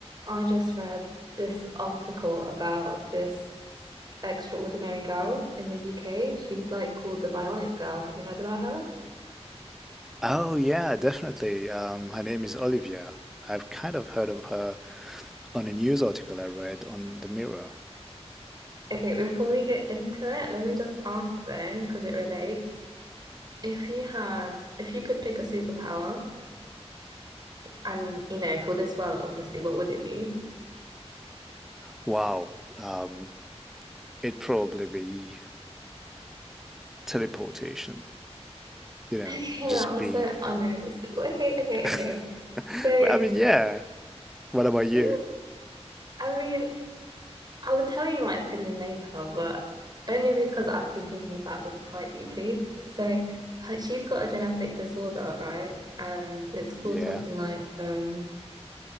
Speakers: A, on the right; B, in the centre.
A: I just read this article about this extraordinary girl in the UK. She's like called the Bionic Girl. Have you heard about her?
B: Oh yeah, definitely. Um, her name is Olivia. I've kind of heard of her on a news article I read on the Mirror.
A: Okay, before we get into it, let me just ask though, because it relates. If you had, if you could pick a superpower and, you know, for this world, obviously, what would it be? <laughs>
B: Wow. Um, it'd probably be teleportation. You know,
A: Okay, that
B: just
A: was
B: be.
A: so unrealistic. Okay, okay,
B: <laughs>
A: okay. So,
B: But I mean, yeah. What about you?
A: mm, I mean, I will tell you my opinion later, but only because I've been thinking about this quite deeply. So her, she's got a genetic disorder, right? And it's called
B: Yeah.
A: something like um